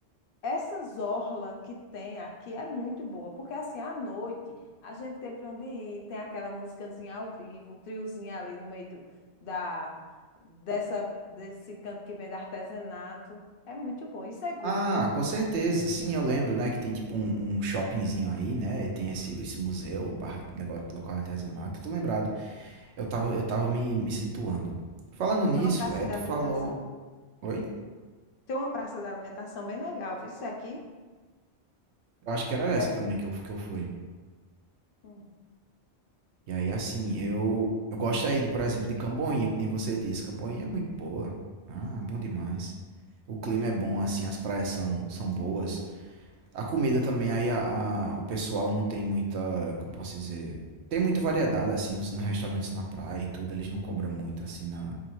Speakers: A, on the left (about 60°); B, on the right (about 80°).
A: Essas orla que tem aqui é muito boa, porque assim, à noite a gente tem para onde ir, tem aquela musicazinha ao vivo, o triozinho ali no meio do- da, dessa, desse canto que vem do artesanato. É muito bom e seguro,
B: Ah,
A: né?
B: com certeza. Sim, eu lembro, né, que tem tipo um, um shoppingzinho aí, né, e tem esse, esse museu, barra, negócio, local artesanato. Tô lembrado. Eu tava, eu tava me, me situando. Falando nisso,
A: Tem uma praça
B: é,
A: de
B: tu
A: alimentação.
B: falou... Oi?
A: Tem uma praça de alimentação bem legal, viu? Isso aqui,
B: Eu acho que era essa
A: perto,
B: também que eu, que eu fui.
A: hum,
B: E aí, assim, eu, eu gosto aí de, por exemplo, de Camboinha, que nem você disse. Camboinha é muito boa. Ah, bom demais. O clima é bom, assim, as praias são, são boas. A comida também, aí a, a- o pessoal não tem muita, como posso dizer, tem muita variedade, assim, nos, nos restaurantes na praia e tudo, eles não cobram muito, assim, na,